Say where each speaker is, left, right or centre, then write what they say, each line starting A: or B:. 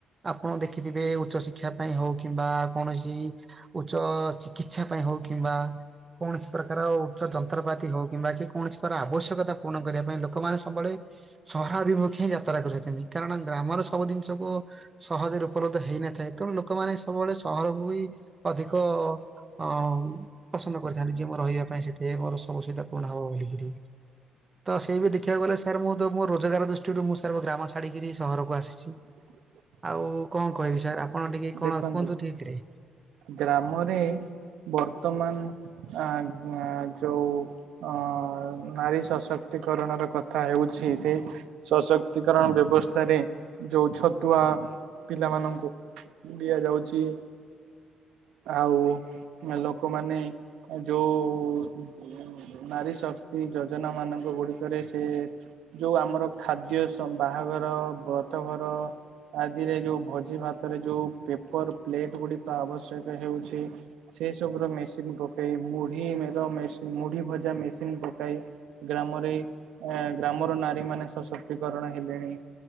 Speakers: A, on the right (about 25°); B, on the right (about 80°).
A: ଆପଣ ଦେଖିଥିବେ ଉଚ୍ଚ ଶିକ୍ଷା ପାଇଁ ହଉ କିମ୍ବା କୌଣସି ଉଚ୍ଚ ଚିକିତ୍ସା ପାଇଁ ହଉ କିମ୍ବା କୌଣସି ପ୍ରକାର ଉଚ୍ଚ ଯନ୍ତ୍ରପାତି ହଉ କିମ୍ବା କି କୌଣସି କର ଆବଶ୍ୟକତା ପୂରଣ କରିବା ପାଇଁ ଲୋକମାନେ ସବୁବେଳେ ସହରା ଅଭିମୁଖେ ହିଁ ଯାତ୍ରା କରିଚନ୍ତି। କାରଣ ଗ୍ରାମର ସବୁ ଜିନିଷକୁ ସହଜରେ ଉପଲବ୍ଧ ହେଇନଥାଏ। ତେଣୁ ଲୋକମାନେ ସବୁବେଳେ ସହରକୁ ବି ଅଧିକ ଅ ପସନ୍ଦ କରିଥାନ୍ତି। ଯିଏ ମୋର ରହିବା ପାଇଁ ସେଠି ମୋର ସବୁ ସୁବିଧା ପୂରଣ ହବ ବୋଲିକିରି। ତ ସେଇ ବି ଦେଖିବାକୁ ଗଲେ ସାର୍, ମୁଁ ତ ମୋ ରୋଜଗାର ଦୃଷ୍ଟିରୁ ମୁଁ ସାର୍ ଗ୍ରାମ ଛାଡ଼ିକିରି ସହରକୁ ଆସିଛି।
B: ହ
A: ଆଉ କଣ କହିବି ସାର୍, ଆପଣ ଟିକେ କଣ
B: ଦେଖନ୍ତୁ
A: କୁହନ୍ତୁ ଠିକରେ।
B: ଗ୍ରାମରେ ବର୍ତ୍ତମାନ ଆ-ଆଁ ଯୋଉ ଅ-ଅ ନାରୀ ସଶକ୍ତିକରଣର କଥା ହେଉଛି ସେ ସଶକ୍ତିକରଣ ବ୍ୟବସ୍ଥାରେ ଯୋଉ ଛତୁଆ ପିଲାମାନଙ୍କୁ ଦିଆଯାଉଚି। ଆଉ ଏ ଲୋକମାନେ ଯୋଉ-ଉ ନାରୀଶକ୍ତି ଯୋଜନା ମାନଙ୍କ ଗୁଡିକରେ ସେ ଯୋଉ ଆମର ଖାଦ୍ୟ ସମ୍ ବାହାଘର, ବ୍ରତ ଘର ଆଦିରେ ଯୋଉ ଭୋଜି ଭାତରେ ଯୋଉ ପେପର ପ୍ଲେଟ ଗୁଡିକ ଆବଶ୍ୟକ ହେଉଛି ସେ ସବୁର ମେସିନ ପକେଇ, ମୁଢି ମେଡ ମେସିନ୍, ମୁଢି ଭଜା ମେସିନ ପକାଇ ଗ୍ରାମରେ ଏଁ ଗ୍ରାମର ନାରୀ ମାନେ ସଶକ୍ତିକରଣ ହେଲେଣି।